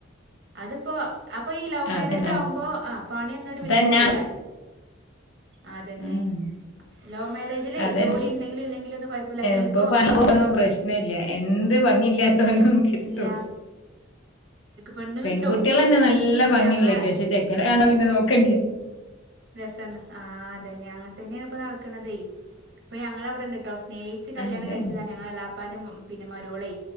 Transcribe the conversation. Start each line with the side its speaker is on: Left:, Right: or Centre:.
Right: അതിപ്പോ അപ്പൊ ഈ ലവ് മാരേജ്
Left: അതെ
Right: ആവുമ്പോ ആ പണിയൊന്നും
Left: അങ്ങനത്തന്നെ
Right: ഒരു വിഷയല്ല അതന്നെ
Left: ഉം
Right: ലവ് മാരേജിലേ
Left: അതന്നെ
Right: ജോലി ഉണ്ടെങ്കിലും ഇല്ലെങ്കിലും ഒന്നും കുഴപ്പമില്ല ചിലപ്പോ
Left: ഇപ്പൊ പണിക്കൊന്നും
Right: ആ
Left: പ്രശ്നല്ല എന്ത് ഭംഗിയില്ലാത്തവനും കിട്ടും
Right: ഇല്ല പെണ്ണ്
Left: പെൺകുട്ടികൾന്നെ
Right: കിട്ടും
Left: നല്ല
Right: ഇപ്പൊ
Left: ഭംഗിയുള്ളയായിരിക്കും
Right: ഞങ്ങളെ
Left: പക്ഷേ ചെക്കന കണ്ട പിന്നെ നോക്കണ്ട
Right: രസന്നെ, ആ അതന്നെ അങ്ങനെ തന്നെയാണ് ഇപ്പോൾ നടക്കണതേ ഇപ്പം ഞങ്ങൾ അവിടെ ഉണ്ട് കേട്ടോ സ്നേഹിച്ച് കല്യാണം
Left: അതെ
Right: കഴിച്ചതാ ഞങ്ങളെ എളാപ്പാന്റെ പിന്നെ മരുമോള